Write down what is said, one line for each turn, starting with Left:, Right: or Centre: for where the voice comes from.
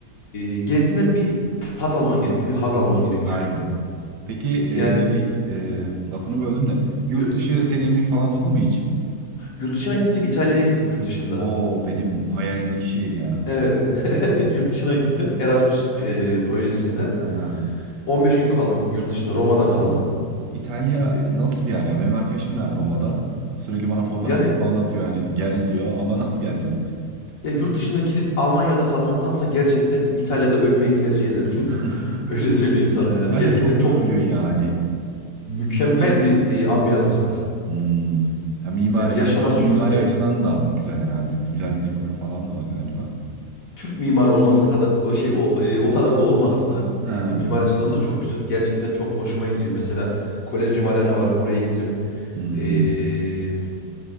Left: e, gezinden bir tat alman gerekiyor, bir haz alman gerekiyor.
Right: Aynen. Peki e,
Left: Yani
Right: şey e, lafını böldüm de yurt
Left: e,
Right: dışı
Left: buyurun.
Right: deneyimin falan oldu mu hiç?
Left: Yurt dışına gittim, İtalya'ya gittim yurt dışında.
Right: Oo benim hayalimdeki şehir ya.
Left: Evet, <laughs> yurt dışına gittim Erasmus e, projesinde.
Right: Ha,
Left: 15 gün kaldım yurt dışında, Roma'da
Right: çok
Left: kaldım.
Right: iyi. İtalya
Left: E,
Right: nasıl bir yer ya? Benim arkadaşım da Roma'da sürekli bana fotoğrafını
Left: yani
Right: falan atıyor hani gel diyor ama nasıl geleceğim?
Left: Ya yurt dışına gidip Almanya'da kalmaktansa gerçekten İtalya'da ölmeyi tercih ederim.
Right: <laughs>
Left: <laughs> Öyle söyleyeyim sana yani.
Right: İtalya
Left: Gerçekten
Right: çok
Left: çok
Right: övülüyor yani.
Left: mükemmel
Right: Cidden
Left: bir e, ambiyansı var.
Right: hmm, ya mimari
Left: Yani yaşamanı
Right: açıdan mimari
Left: çok isterim.
Right: açıdan da güzel herhalde. Güzel bir dekoru falan da var galiba.
Left: Türk mimarı olmasa kadar o şey o, e, o kadar da olmasa da
Right: Ha,
Left: e, mimar açıdan da çok güzel. Gerçekten çok hoşuma gidiyor. Mesela Kolezyum Arena var. Oraya gittim.
Right: hmm,
Left: E,